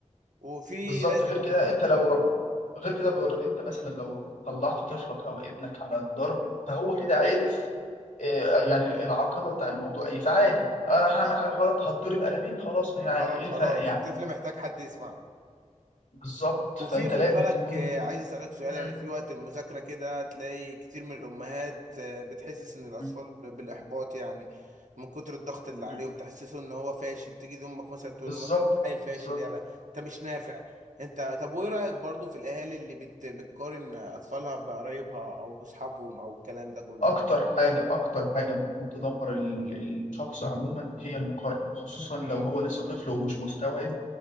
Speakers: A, on the right; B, on the left.
A: وفي
B: بالظبط
A: لازم
B: غير كده أنت لو رب غير كده بر... أنت مثلا لو طلعت طفلك أو ابنك على الضرب فهو كده عرف آه، يعني العاقبة بتاع الموضوع إيه فعادي أنا هعمل حاجة غلط هتضرب قلمين خلاص ما يعني
A: اه
B: إيه الفرق
A: خلاص
B: يعني
A: الطفل محتاج حد يسمعه
B: بالظبط
A: وفي
B: فانت
A: خد
B: لازم
A: بالك
B: تكون
A: آه، عايز اسالك سؤال
B: مم.
A: يعني في وقت المذاكره كده تلاقي كتير من الامهات آه، بتحسس ان الاطفال
B: مم.
A: بالاحباط يعني من كتر الضغط اللي عليهم
B: مم.
A: تحسسه ان هو فاشل تيجي امك مثلا تقول
B: بالظبط
A: له مثلا انت عيل فاشل
B: بالظبط
A: يلا انت مش نافع انت طب وايه رايك برضو في الاهالي اللي بت... بتقارن اطفالها بقرايبها او باصحابهم او الكلام ده كله
B: اكتر حاجه اكتر حاجه ممكن تدمر ال- الشخص عموما هي المقارنه خصوصا
A: امم
B: لو هو لسه طفل ومش مستوعب